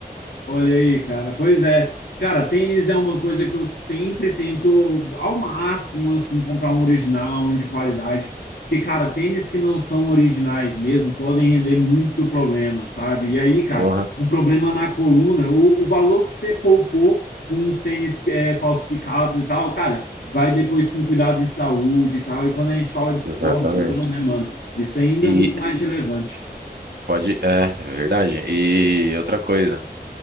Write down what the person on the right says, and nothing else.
Porra,
exatamente.
E
pode, é, é verdade. E outra coisa,